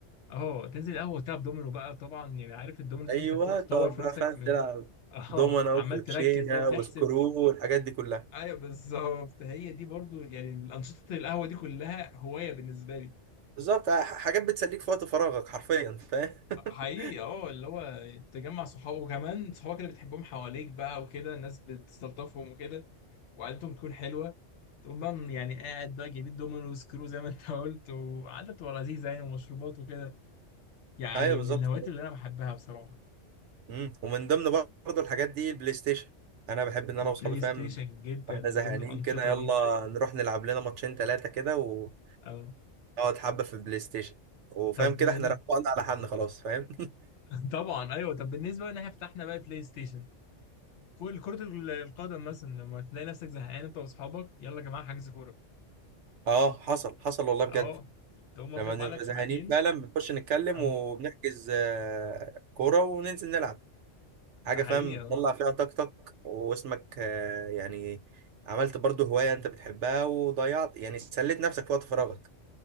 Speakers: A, on the left; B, on the right.
A: أه تنزل القهوة وتلعب دومينو بقى طبعا يعني عارف الدومينو دي
B: ايوه
A: أنت بتقعد تطور
B: تقعد
A: في
B: بقى
A: نفسك
B: فاهم
A: من
B: تلعب
A: <laughs> أه
B: دومنا
A: عمال
B: وكوتشينه
A: تركز بقى وتحسب
B: وسكرو والحاجات دي كلها
A: أيوه بالظبط هي دي برضو يعني الأنشطة القهوة دي كلها هواية بالنسبة لي
B: بالظبط آه، ح- حاجات بتسليك في وقت فراغك حرفيا فاهم <laughs>
A: حقيقي اه اللي هو تجمع صحابه وكمان صحابك اللي بتحبهم حواليك بقى وكده الناس بتستلطفهم وكده وقعدتهم تكون حلوة تقوم بقى من- يعني قاعد بقى جايبين دومينو وسكرو زي ما انت <laughs> قلت وقعدة بتبقى لذيذة يعني ومشروبات وكده يعني
B: ايوه بالظبط
A: من الهوايات اللي انا بحبها بصراحة
B: امم ومن ضمن برضه الحاجات دي البلاي ستيشن انا بحب ان انا
A: البلاي
B: واصحابي فاهم
A: ستيشن جدا
B: واحنا
A: من
B: زهقانين
A: ضمن الأنشطة
B: كده يلا
A: دي
B: نروح نلعب لنا ماتشين ثلاثه كده ونقعد
A: اه
B: حبه في البلاي ستيشن وفاهم
A: طب
B: كده
A: من...
B: احنا روقنا على حالنا خلاص فاهم
A: <laughs> طبعا ايوه طب بالنسبة ان احنا فتحنا بقى البلاي ستيشن كل كرة ال- القدم مثلا لما تلاقي نفسك زهقان انت واصحابك يلا يا جماعة حجز كورة
B: اه حصل حصل والله بجد
A: اه تقوم واخد
B: لما
A: بعدك
B: بنبقى
A: ساعتين
B: زهقانين فعلا بنخش نتكلم
A: آه.
B: وبنحجز آه، كورة وننزل نلعب حاجة
A: ده حقيقي
B: فاهم تطلع
A: اه
B: فيها طاقتك واسمك آه، يعني عملت برضو هواية انت بتحبها وضيعت يعني سليت نفسك في وقت فراغك